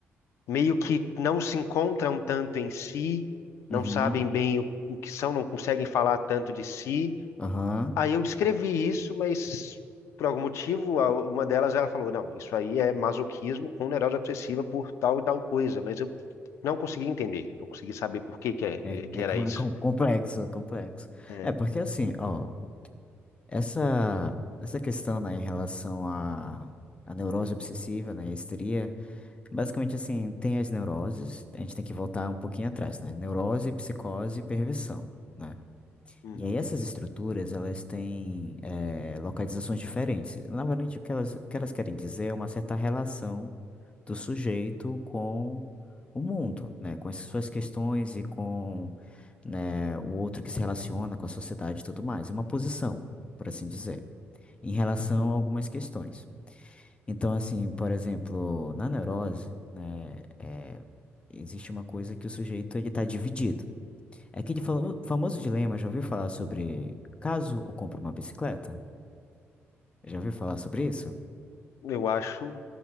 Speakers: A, on the left; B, on the left.
A: meio que não se encontram tanto em si, não
B: Uhum.
A: sabem bem o, o que são, não conseguem falar tanto de si.
B: Aham.
A: Aí eu descrevi isso, mas por algum motivo, a- uma delas ela falou: não, isso aí é masoquismo com neurose obsessiva por tal e tal coisa, mas eu não consegui entender, não consegui saber por que que, é-
B: É,
A: que
B: é,
A: era
B: com-
A: isso.
B: é com- complexo, é complexo.
A: É.
B: É, porque assim, ó, essa, essa questão, né, em relação à à neurose obsessiva, né, e a histeria, basicamente assim, tem as neuroses, a gente tem que voltar um pouquinho atrás, né? Neurose, psicose e perversão. né?
A: Uhum,
B: E aí essas estruturas, elas têm eh, localizações diferentes. Na verdade, o que elas, o que elas querem dizer é uma certa relação do sujeito com o mundo, né? Com as suas questões e com, né, o outro que se relaciona com a sociedade e tudo mais. É uma posição, por assim dizer, em relação
A: uhum.
B: a algumas questões. Então, assim, por exemplo, na neurose, né, eh, existe uma coisa que o sujeito ele está dividido. É aquele famo- famoso dilema, já ouviu falar sobre caso eu compro uma bicicleta? Já ouviu falar sobre isso?
A: Eu acho.